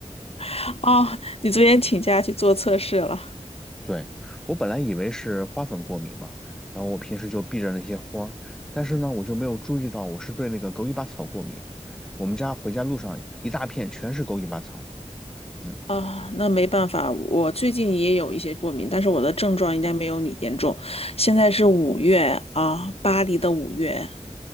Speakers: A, on the left (about 55°); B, in the centre.
A: <laughs> 哦，你昨天请假去做测试了。
B: 对，我本来以为是花粉过敏嘛，然后我平时就避着那些花儿，但是呢，我就没有注意到我是对那个狗尾巴草过敏。我们家回家路上一大片全是狗尾巴草。嗯，
A: 啊，那没办法，我最近也有一些过敏，但是我的症状应该没有你严重。现在是五月啊，巴黎的五月。